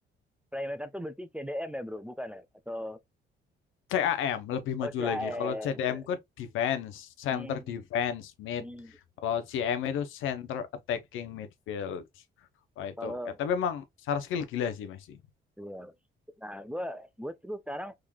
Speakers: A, in the centre; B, on the left.
A: Playmaker tuh berarti CDM ya bro, bukan ya? Atau
B: CAM lebih maju
A: oh CAM.
B: lagi. Kalau CDM ke defense, center
A: Hmm.
B: defense, mid.
A: Hmm.
B: Kalau CM itu center attacking midfield. Wah itu,
A: Kalau
B: eh, tapi emang secara skill gila sih Messi.
A: iya. Nah, gue gue tuh sekarang